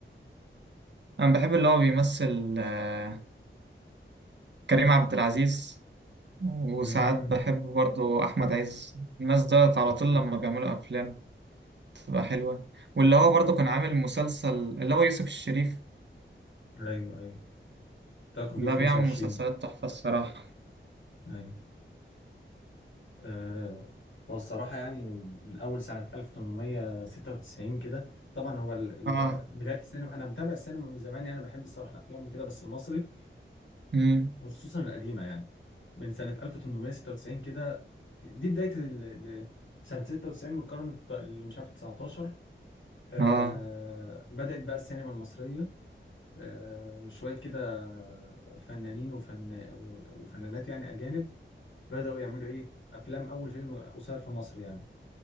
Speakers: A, on the right; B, on the left.
A: انا بحب اللي هو بيمثل آه، كريم عبد العزيز وساعات
B: امم
A: بحب برضو أحمد عز الناس دولت على طول
B: آه،
A: لما بيعملوا أفلام تبقى حلوة واللي هو برضو كان عامل مسلسل اللي هو يوسف الشريف
B: ايوه ايوه بتاع كوفيد
A: ده
B: 25
A: بيعمل مسلسلات تحفة الصراحة
B: ايوه آه، هو الصراحة يعني من من أول سنة 1896 كده طبعا هو ال-
A: آه
B: ال- بداية السينما أنا متابع السينما من زمان يعني أنا بحب الصراحة الأفلام وكده بس المصري
A: مم.
B: خصوصا القديمة يعني من سنة 1896 كده دي بداية ال- ال- سنة 96 من القرن الت- اللي مش عارف 19 آه،
A: آه
B: بدأت بقى السينما المصرية آه، شوية كده فنانين وفن وفنانات يعني أجانب بدأوا يعملوا إيه أفلام أول فيلم قصير في مصر يعني